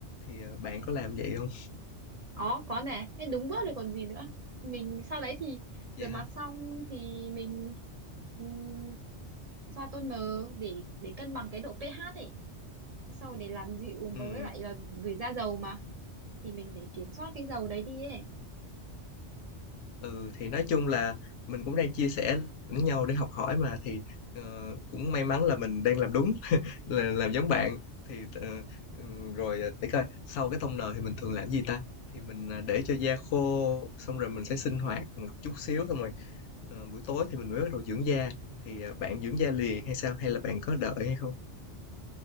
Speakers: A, on the left (about 85°); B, on the right (about 50°).
A: Thì, à, bạn có làm vậy không
B: có có nè thế đúng bước rồi còn gì nữa mình sau đấy thì
A: Vậy
B: rửa mặt
A: hả?
B: xong thì mình ừm, xoa toner để để cân bằng cái độ pH ấy sau rồi để làm dịu
A: Ừm,
B: và với lại là vì da dầu mà thì mình để kiểm soát cái dầu đấy đi ấy
A: ừ, thì nói chung là mình cũng đang chia sẻ lẫn nhau để học hỏi mà, thì, ờ, cũng may mắn là mình đang làm đúng, là làm giống bạn. Thì, ờ, ừm, rồi, à, để coi, sau cái toner thì mình thường làm gì ta? Thì mình, à, để cho da khô, xong rồi mình sẽ sinh hoạt một chút xíu xong rồi Ờ, buổi tối thì mình mới bắt đầu dưỡng da thì à, bạn dưỡng da liền hay sao hay là bạn có đợi hay không?